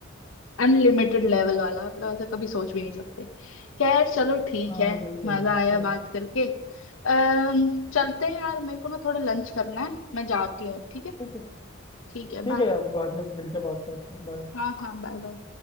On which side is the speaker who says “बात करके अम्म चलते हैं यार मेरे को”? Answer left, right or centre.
Left